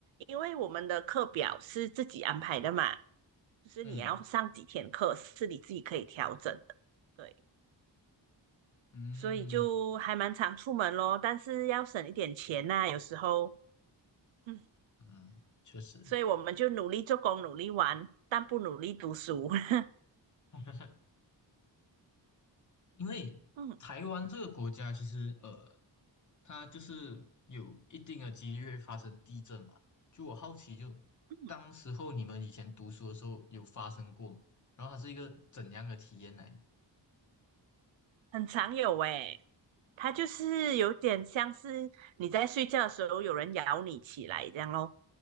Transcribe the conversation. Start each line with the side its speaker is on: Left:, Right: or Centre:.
Right: 因为我们的课表是自己安排的嘛，就是你要上几天课是你自己可以调整的，
Left: 嗯
Right: 对，
Left: 嗯
Right: 所以就还蛮常出门咯，但是要省一点钱呐、有时候，嗯，
Left: 嗯，确实。
Right: 所以我们就努力做工，努力玩，但不努力读书，<laughs>
Left: <laughs> 因为台湾这个国家其实呃，
Right: 嗯，
Left: 它就是有一定的几率会发生地震嘛。就我好奇就，
Right: 嗯
Left: 当时候你们以前读书的时候有发生过吗然后它是一个怎样的体验呢？
Right: 很常有诶、它就是有点像是你在睡觉的时候有人咬你起来这样咯。